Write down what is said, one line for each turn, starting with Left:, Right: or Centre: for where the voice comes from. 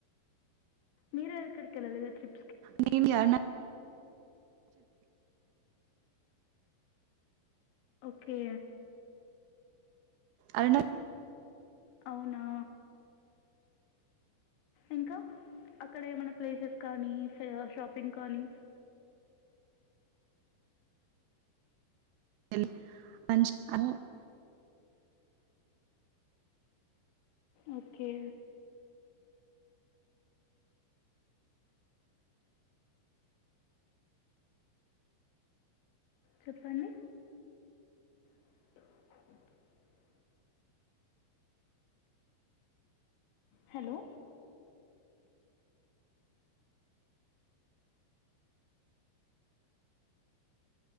Left: మీరు ఎక్కడికి వెళ్ళలేదా ట్రిప్
Right: నేను యారున్నా
Left: ఓకే
Right: అరూనా
Left: అవునా ఇంకా అక్కడ ఏమనా ప్లేసెస్ కానీ షాపింగ్ కానీ
Right: అ <inaudible> <unintelligible>
Left: ఓకే చెప్పండి <inaudible>
Right: అ <inaudible>
Left: హలో